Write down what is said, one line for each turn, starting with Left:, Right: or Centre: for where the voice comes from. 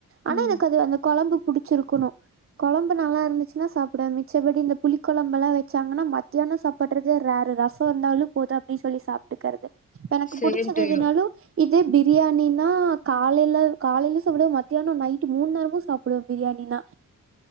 Right: ஆனா
Left: ம்
Right: எனக்கு அது அந்த குழம்பு புடிச்சிருக்கணு கொழம்பு நல்லா இருந்துச்சுன்னா சாப்டவே மிச்சபடி இந்த புளி குழம்பு எல்லா ச்சாங்கன்னா மத்தியான சாப்டுறதே ரேர் ரசொ இருந்தாலு போது அப்டின்னு சொல்லி சாப்ட்டுக்கறது எனக்கு
Left: சேம்
Right: புடிச்சது
Left: டு
Right: எதுனாலு
Left: யூ
Right: இது பிரியாணின்னா காலையில காலையில சாப்டுவே மத்தியான நைட் மூணு நேரமு சாப்ப அப்றோ பிரியாணினா